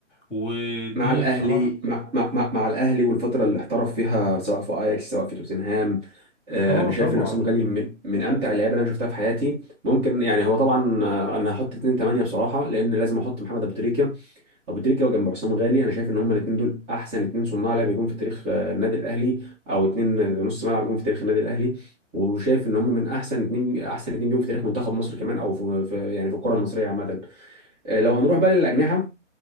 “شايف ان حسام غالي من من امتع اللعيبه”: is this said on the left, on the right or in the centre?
Right